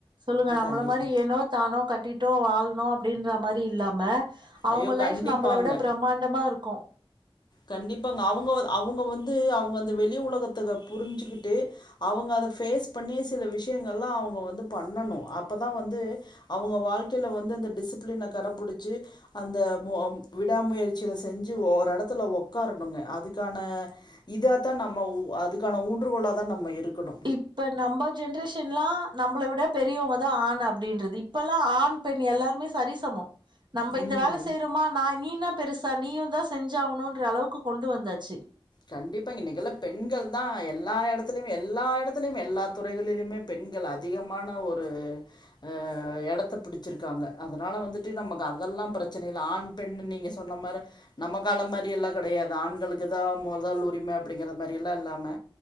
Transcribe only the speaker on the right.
சொல்லுங்க நம்மள
மாரி ஏனோ தானோ கட்டிட்டோ வாழ்னோ அப்டின்ற மாரி இல்லாம அவுங்க
லைஃப் நம்மள விட பிரமாண்டமா இருக்கு
இப்ப நம்ப ஜென்ரேஷன்லா நம்பள விட பெரியவங்கதா ஆண் அப்டின்றது இப்பல்லா ஆண் பெண் எல்லாருமே சரிசமோ நம்ப இந்த
வேல செய்யறோமா நா நீ இன்னா பெருசா நீயுதா செஞ்சாவணுன்ற அளவுக்கு கொண்டு வந்தாச்சு